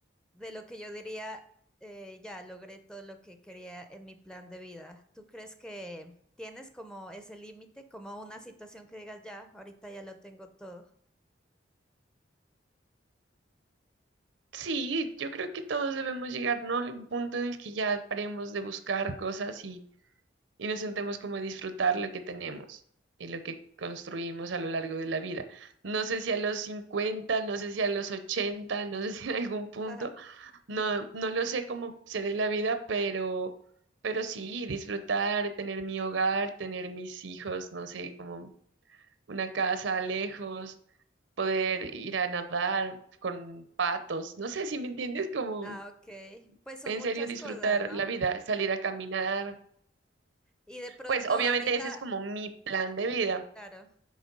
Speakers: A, in the centre; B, on the right.
A: de lo que yo diría, eh, ya logré todo lo que quería en mi plan de vida. ¿Tú crees que tienes como ese límite, como una situación que digas, ya, ahorita ya lo tengo todo?
B: Sí, yo creo que todos debemos llegar, ¿no? A un punto en el que ya paremos de buscar cosas y nos sentemos como a disfrutar lo que tenemos y lo que construimos a lo largo de la vida. No sé si a los cincuenta no sé si a los ochenta no sé <laughs> si en algún punto,
A: <laughs>
B: no, no lo sé cómo se dé la vida, pero, pero sí, disfrutar, tener mi hogar, tener mis hijos, no sé, como una casa lejos, poder ir a nadar con patos, no sé si me entiendes, como
A: Ah, ok. Pues son
B: en
A: muchas
B: serio disfrutar
A: cosas, ¿no?
B: la vida, salir a caminar.
A: Y de pronto
B: Pues obviamente
A: ahorita,
B: ese es como mi plan de vida,
A: claro.